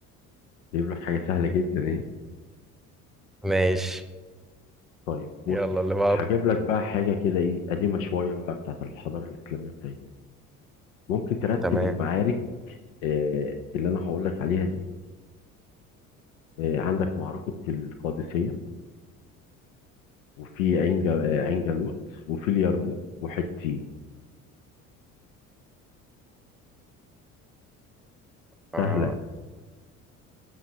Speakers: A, on the left; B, in the centre.
A: جايب لك حاجه سهله جدا ايه
B: ماشي
A: طيب بص
B: يلا اللي بعده
A: هجيب لك بقى حاجه كده ايه قديمه شويه بقى بتاعت الحضاره الاسلاميه بتاعتنا ممكن ترتب
B: تمام
A: المعارك آه، اللي انا هقول لك عليها دي آه، عندك معركه القادسيه وفي عين جا- آه، عين جالوت وفي اليرموك وحطين
B: آه،
A: سهله